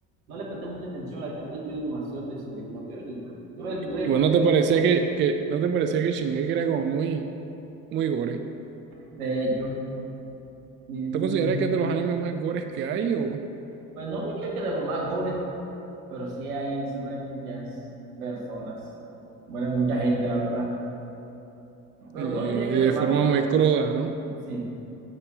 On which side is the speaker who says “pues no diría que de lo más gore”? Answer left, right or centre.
Right